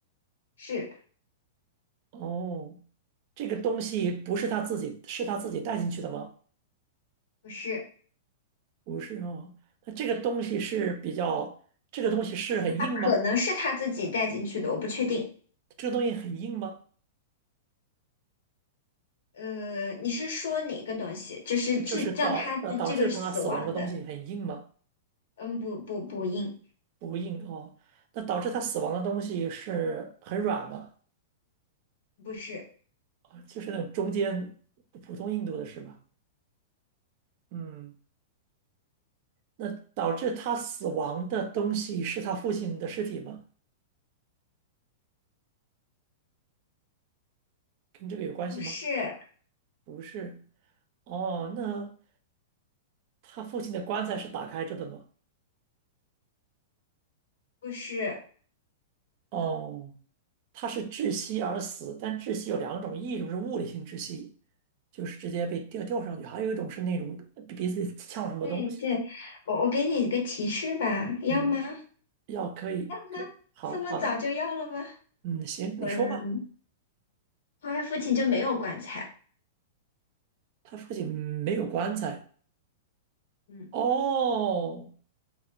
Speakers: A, on the left; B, on the right.
A: 是
B: 哦，这个东西不是他自己，是他自己带进去的吗？
A: 不是？
B: 不是哦，那这个东西是比较，这个东西是很硬吗？
A: 啊，可能是他自己带进去的，我不确定。
B: 这个东西很硬吗？
A: 呃，你是说哪个东西？就是致让他这这个死亡的？
B: 就是导呃导致他死亡的东西很硬吗？
A: 嗯，不不不应，
B: 不硬哦。那导致他死亡的东西是很软吗？
A: 不是，
B: 啊，就是那种中间普通硬度的是吗？嗯，那导致他死亡的东西是他父亲的尸体吗？跟这个有关系吗？
A: 不是，
B: 不是。哦，那他父亲的棺材是打开着的吗？
A: 不是。
B: 哦，他是窒息而死，但窒息有两种，一种是物理性窒息，就是直接被吊吊上去；还有一种是那种鼻子里呛了什么东西。
A: 对对，我我给你一个提示吧，要吗？
B: 嗯，
A: 要
B: 要可以，可以好好的，
A: 吗？这么早就要了吗？
B: 嗯，行，你说吧。
A: 嗯，他父亲就没有棺材。
B: 他父亲没有棺材。
A: 嗯
B: 哦，